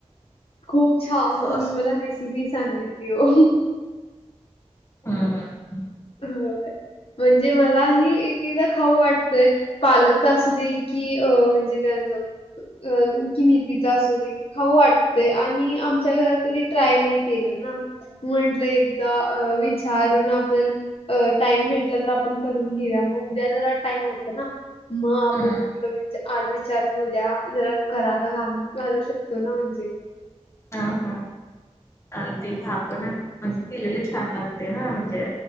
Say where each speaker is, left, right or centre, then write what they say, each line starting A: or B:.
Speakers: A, on the left (about 55°); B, on the left (about 25°).
A: खूप छान
B: सॉस
A: तुम्ही मला रेसि पी सांगितली हो.
B: हम्म हम्म.
A: हो म्हणजे मलाही एक एकदा खाऊ वाट ते पालक तर असू दे की अ म्हणजे काय म्हणतो अ कि मेथीचा असू दे खाऊ वाटतेय आणि आमच्या घरात कधी ट्राय नाही केलं ना म्हटलं एकदा अ विचारून आपण अ टाइम भेटला तर आपण करून घेऊ म उद्या जरा टाइम होत ना म आपणम्हटलं
B: हम्म
A: वी चा आज विचारून उद्या जरा कराला घाल घालू शकतो ना म्हणजे.
B: हा हा
A: हो
B: आणि तेथे आपणं म्हणजे केलेली छान लागते ना म्हणजे